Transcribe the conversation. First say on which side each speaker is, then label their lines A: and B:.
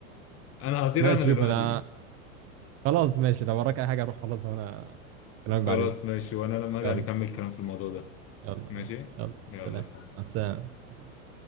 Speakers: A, on the left; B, on the right.
A: أنا هطير
B: ماشي
A: أنا
B: شوف
A: دلوقتي
B: انا خلاص ماشي لو وراك اي حاجه روح خلاص وانا اكلمك
A: خلاص
B: بعدين
A: ماشي وأنا لما أرجع
B: يلا
A: نكمل كلام في الموضوع ده
B: يلا
A: ماشي
B: ماشي يلا
A: يلا
B: سلام
A: سلام
B: مع السلامة سلام.